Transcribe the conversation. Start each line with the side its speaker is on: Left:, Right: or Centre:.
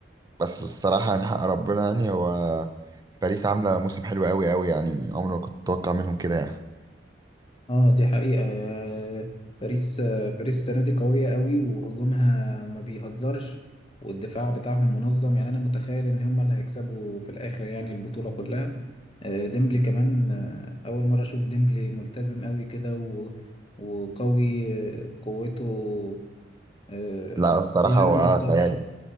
Right: بس الصراحة يعني حق ربنا يعني هو باريس عاملة موسم حلو أوي أوي يعني عمري ما كنت أتوقع منهم كده يعني
Left: اه دي حقيقة آه، باريس آه، باريس السنة دي قوية قوي وهجومها ما بيهزرش والدفاع بتاعهم منظم يعني انا متخيل ان هم اللي هيكسبوا في الاخر يعني البطولة كلها آه، ديمبلي كمان آه، اول مرة اشوف ديمبلي ملتزم قوي كده و- وقوي آه، قوته آه،
Right: لا الصراحة
Left: يعني
Right: هو
Left: ما
Right: آه،
Left: يتصابش
Right: خيال